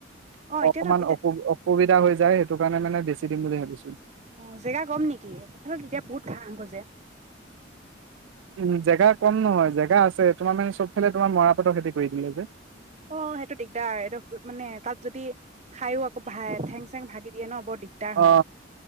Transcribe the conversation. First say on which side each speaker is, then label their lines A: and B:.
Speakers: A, on the right (about 35°); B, on the right (about 80°).
A: অ',
B: অকন
A: এতিয়াতো
B: মান
A: এতিয়া
B: অসু অসুবিধা হৈছে যায় সেইটো কাৰণে মে বেছি দিম বুলি ভাবিছো
A: অ', জেগা কম নেকি এফালে তেতিয়া বহুত ঘাহ গজে
B: উম জেগা কম নহয় জেগা আছে তোমাৰ মানে চবফালে তোমাৰ মৰাপাটৰ খেতি কৰি দিলে যে
A: অ সেইটো দিগদাৰ এইটো মানে তাত যদি খায়ো আকৌ ভা ঠেং চেং ভাগি দিয়ে ন বৰ দিগদাৰ হয়
B: অ অ